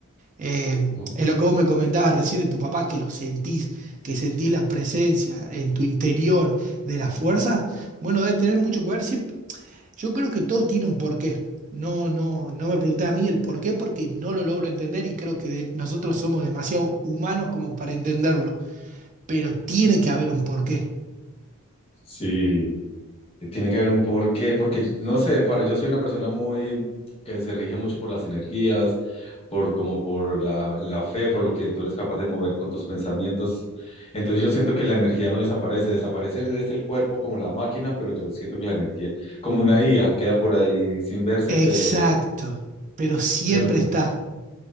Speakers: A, on the right (about 35°); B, on the left (about 25°).
A: Eh,
B: Oh,
A: es lo que
B: oh.
A: vos me comentabas recién de tu papá, que lo sentís, que sentís la presencia en tu interior de las fuerzas. Bueno, debe tener mucho que ver. Siempre- yo creo que todo tiene un porqué. No, no, no me pregunté a mí el porqué porque no lo logro entender y creo que de- nosotros somos demasiado humanos como para entenderlo. Pero tiene que haber un porqué.
B: Sí. Eh, Tiene que haber un porqué, porque no sé, para yo soy una persona muy que se rige mucho por las energías, por como por la, la fe, por lo que tú eres capaz de mover con tus pensamientos. Entonces yo siento que la energía no desaparece, desaparece es el cuerpo como la máquina, pero yo siento que la energía, como una IA, queda por ahí sin verse,
A: Exacto.
B: pero,
A: Pero
B: <laughs>
A: siempre
B: pero
A: está.